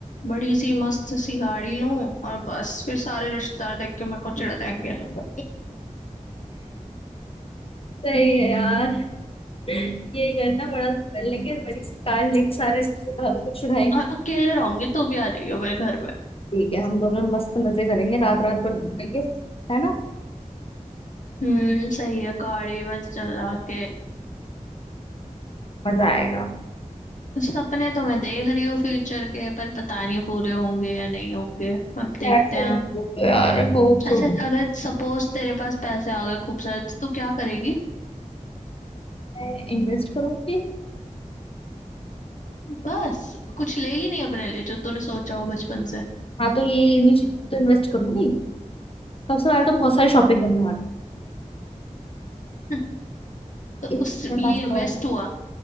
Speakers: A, on the left; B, on the left.
A: बड़ी सी मस्त सी गाड़ी लूं और बस फिर सारे रिश्तेदार देख के मेरे को चिढ़ जाएंगे <laughs>
B: सही है यार यही करना बड़ा कर लेंगे बड़ी सी कार लेंगे सारे रिश्तेदारों को छुड़ाएंगे
A: और अकेले रहूंगी तू भी आ जाइयो मेरे घर में
B: ठीक है हम दोनों मस्त मजे करेंगे रात रात भर घूमेंगे है ना
A: हम्म सही है गाड़ी में चला के
B: मजा आएगा
A: सपने तो मैं देख रही हूँ फ्यूचर के पर पता नहीं पूरे होंगे या नहीं होंगे अब देखते
B: यार चलेंगे
A: हैं
B: तो यार होप सो
A: अच्छा अगर सपोज तेरे पास पैसे आ गए खूब सारे तो तू क्या करेगी
B: मैं इन्वेस्ट करूंगी
A: बस कुछ लेगी नहीं अपने लिए जो तूने सोचा हो बचपन से
B: हाँ तो ये इन्हीं चीजों पे तो इन्वेस्ट करूंगी सबसे पहले तो बहुत सारी शॉपिंग करने वाली
A: तो
B: है। इसमें
A: उस ये
B: पैसा
A: इन्वेस्ट
B: लगाऊंगी।
A: हुआ